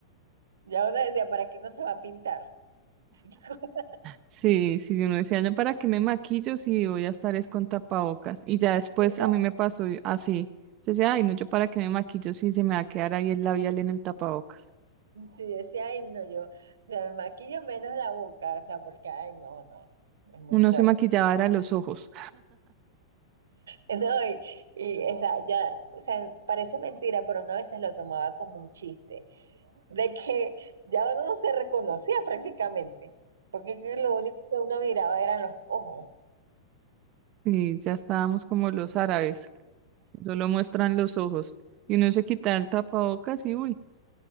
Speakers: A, on the right; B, on the right.
A: Ya uno decía, ¿para qué uno se va a pintar? <laughs>
B: Sí, sí, uno decía, "No, ¿para qué me maquillo si voy a estar es con tapabocas? Y ya después
A: Sí, ya.
B: a mí me pasó y- así. Yo decía, ay, no, yo para qué me maquillo si se me va a quedar ahí el labial en el tapabocas.
A: Sí, decía, ay, no, yo, o sea, me maquillo menos la boca, o sea, porque, ay, no, no, es muy
B: Uno
A: fuerte.
B: se maquillaba,
A: <laughs>
B: era los ojos.
A: No, y, y esa, ya, o sea, parece mentira, pero uno a veces lo tomaba como un chiste, de que ya uno no se reconocía prácticamente, porque es que lo único que uno miraba eran los ojos.
B: Y ya estábamos como los árabes, solo muestran los ojos. Y uno se quitaba el tapabocas y uy,